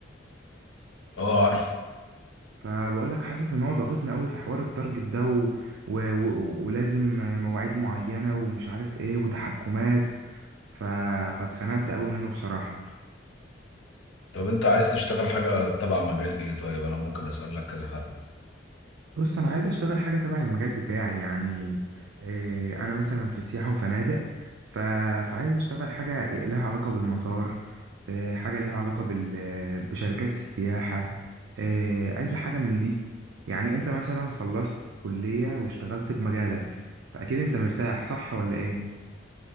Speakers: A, on the left (about 80°); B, on the right (about 80°).
A: اه عارف
B: فبقول لك حاسس ان هو ضاغطني قوي في حوار التارجت ده و... و... و... ولازم آه، مواعيد معينه ومش عارف ايه وتحكمات ف... فاتخنقت قوي منه بصراحه
A: طب انت عايز تشتغل حاجة تبع مجال ايه طيب انا ممكن اسألك كذا حد
B: بص انا عايز اشتغل حاجه تبع المجال بتاعي يعني آه، انا مثلا في سياحه وفنادق ف... فعايز اشتغل حاجه لها علاقه بالمطار آه، حاجه لها علاقه بال... بشركات السياحه آه، اي حاجه من دي يعني انت مثلا خلصت كليه واشتغلت بمجالك فاكيد انت مرتاح صح ولا ايه